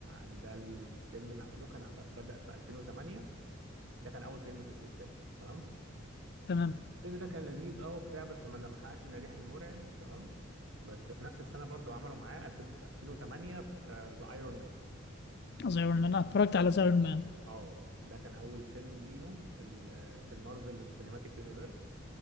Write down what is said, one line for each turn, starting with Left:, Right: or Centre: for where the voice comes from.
Right: ده الفيلم اللي عملوه كان عم- بدأ في 2008 ده كان اول فيلم في السلسله تمام
Left: تمام
Right: الفيلم ده كان لذيذ اه وبتاع بس ما ما حققش النجاح المرعب تمام بس في نفس السنه برضو عملوا معاه 2000 في 2008 في ذا ايرون مان
Left: زي ايرون مان أنا اتفرجت على زي ايرون مان
Right: اه ده كان اول فيلم ليهم في ال- في المارفل سينماتيك يونيفرس